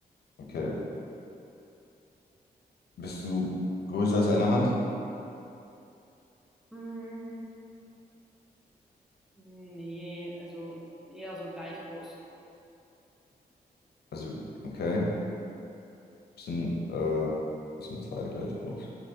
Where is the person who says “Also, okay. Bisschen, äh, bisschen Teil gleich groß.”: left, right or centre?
Left